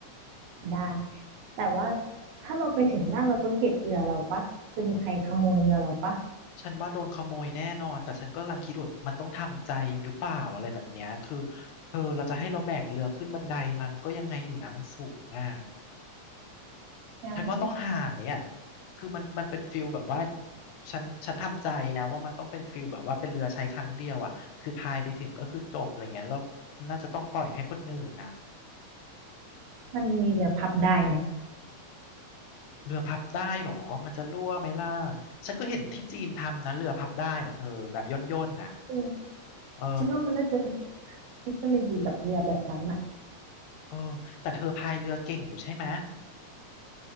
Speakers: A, on the right; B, on the left.
A: ได้แต่ว่าถ้าเราไปถึงหน้าเราต้องเก็บเรือเราปะจะมีใครขโมยเรือเราปะ
B: ฉันว่าโดนขโมยแน่นอนแต่ฉันก็กำลังคิดว่ามันต้องทำใจหรือเปล่าอะไรแบบเนี้ยคือเธอเราจะให้เราแบกเรือขึ้นบันไดมามันก็ยังไงอยู่นะมันสูงอ่ะ
A: งั้น
B: ฉันว่าต้องหายอ่ะคือมันมันเป็นฟิลแบบว่าฉันฉันทำใจนะว่ามันต้องเป็นฟิลแบบว่าเป็นเรือใช้ครั้งเดียวอ่ะคือพายไปถึงก็คือจบอะไรเงี้ยแล้วน่าจะต้องปล่อยให้คนอื่นน่ะ
A: มันมีเรือพับได้ไหม
B: เรือพับได้เหรอมันจะรั่วไหมล่ะฉันก็เห็นที่จีนทำนะเรือพับได้อ่ะเธอแบบย่นๆน่ะ
A: เออ
B: เออ
A: ฉันว่ามันน่าจะเทคโนโลยีแบบเรือแบบนั้นอะ
B: เออแต่เธอพายเรือเก่งอยู่ใช่ไหม